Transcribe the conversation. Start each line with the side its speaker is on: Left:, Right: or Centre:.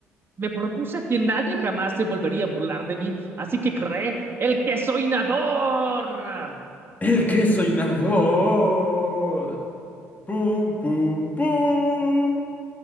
Right: me propuse a que nadie jamás se volvería a burlar de mí, así que creé el queso inador.
Left: El queso inador. Pum, pum, pum.